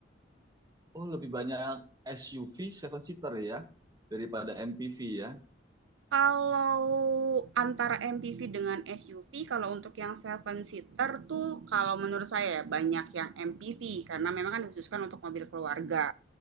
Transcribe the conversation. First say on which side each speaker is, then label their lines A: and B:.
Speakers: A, on the right (about 20°); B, on the right (about 75°).
A: Oh, lebih banyak SUV seven seater ya daripada MPV ya.
B: Kalau antara MPV dengan SUV, kalau untuk yang seven seater tuh kalau menurut saya ya, banyak yang MPV karena memang kan dikhususkan untuk mobil keluarga.